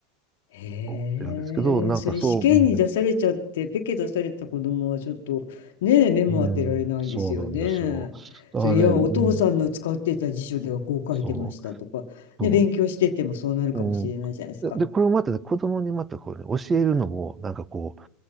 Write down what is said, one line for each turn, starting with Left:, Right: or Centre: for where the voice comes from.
Left: へえ、
Right: 思ってるんですけど、なんかそう、
Left: それ試験に出されちゃって、
Right: うん、
Left: ペケ出された子供はちょっとねえ、目も当てられないですよね。
Right: うんそうなんですよ。だからね、
Left: それいや、
Right: うん、
Left: お父さんの使ってた辞書ではこう書いてましたとか、
Right: そう。そう
Left: ね、勉強しててもそうなるかもしれないじゃないですか。
Right: うん。で、でこれをまたね、子供にまたこうね、教えるのも、なんかこう、